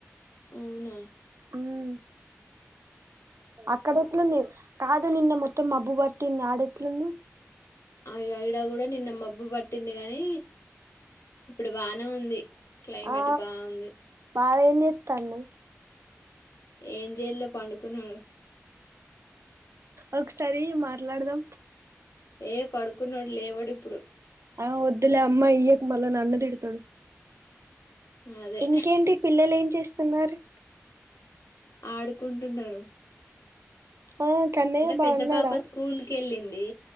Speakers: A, on the left (about 80°); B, on the right (about 65°).
A: అవునా
B: ఉమ్
A: అ
B: అక్కడ ఎట్లుంది కాదు నిన్న మొత్తం మబ్బు పట్టింది ఆడ ఎట్లుంది
A: అయ్యా ఇయ్యా కూడా నిన్న మబ్ బూ పట్టింది గాని ఇప్పుడు బానే ఉంది క్లైమేట్
B: ఆ
A: బాగుంది
B: బావ ఏం చేత్తన్నావ్
A: ఏం చేలే పండుకున్నాడు
B: ఒకసారి ఈ మాట్లాడదాం
A: ఏ పడుకున్నాడు లేవడు ఇప్పుడు
B: ఆ వద్దులే అమ్మా ఇయ్యకు మళ్ళా నన్ను తిడు తడు
A: అదే
B: ఇంకేంటి పిల్లలు ఏం చేస్ స్తున్నారు
A: ఆడుకుంటున్నారు
B: ఆ కన్నయ్య
A: అంటే
B: బాగున్నాడా
A: పెద్ద పాప స్కూల్ కి వెళ్ళింది